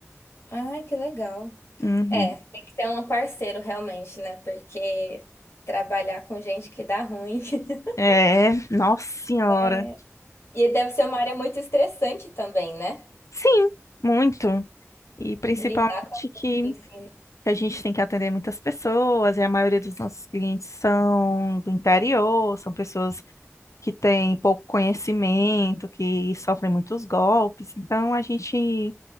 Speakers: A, on the left; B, on the left.
A: Ai, que legal.
B: Uhum.
A: É, tem que ter um parceiro realmente, né? Porque trabalhar com gente que dá ruim. <laughs>
B: É, nossa senhora.
A: É, E deve ser uma área muito estressante também, né?
B: Sim, muito. E principalmente
A: Lidar com
B: que
A: ensino.
B: a gente tem que atender muitas pessoas, e a maioria dos nossos clientes são do interior, são pessoas que têm pouco conhecimento, que sofrem muitos golpes. Então a gente